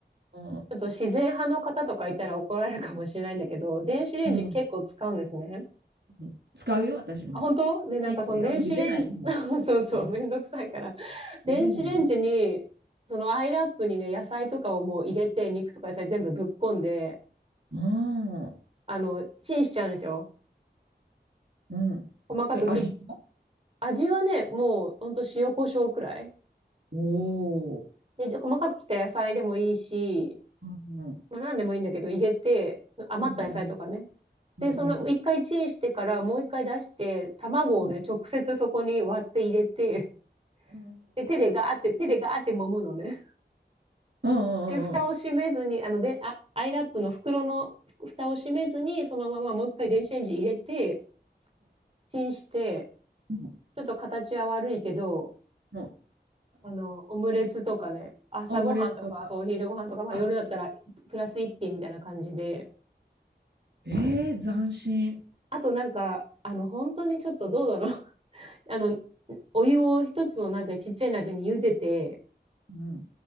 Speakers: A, on the right; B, on the right.
A: うん、
B: ちょっと自然派の方とかいたら怒られるかもしれないんだけど、電子レンジ結構使うんですね。
A: うん、うん使うよ、私も。
B: あ、本当で、なんかその電子レンジ、
A: いいんだよ、茹でないよ、も
B: <laughs> そうそう、
A: う。うん
B: めんどくさいから、電子レンジに、
A: 茹でないよ。
B: そのアイラップにね、野菜とかをもう入れて、肉とか野菜全部ぶっこんで、
A: うん。
B: あの、チンしちゃうんですよ。
A: うん。
B: 細かく切っ、
A: え、味は
B: 味はね、もうほんと塩コショウくらい。
A: おお
B: で、じゃ細かく切った野菜でもいいし、
A: ー。うん、うん、
B: まあ何でもいいんだけど入れて、余った野菜とかね。
A: うん、
B: で、
A: うん、
B: その一回チンしてからもう一回出して、
A: うん、
B: 卵をね、
A: うん、
B: 直接そこに割って入れて、
A: うん、うん、
B: で、手でガーって、手でガーって揉むのね。
A: うん、
B: で、蓋を閉めずに、あの、で、あ、アイラップの袋の蓋を閉めずに、そのままもう一回電子レンジ入れて、チンして、
A: うん、
B: ちょっと形は悪いけど、
A: うん、
B: あの、オムレツとかね、朝ごはんとか、
A: オムレツとか。
B: そう、お昼ごはんとか、まあ夜だったらプラス一品みたいな感じで、
A: あ、えー、斬新。
B: あとなんか、あの、本当にちょっとどうだろう。<laughs> あの、お湯を一つの鍋、ちっちゃい鍋に茹でて、
A: うん、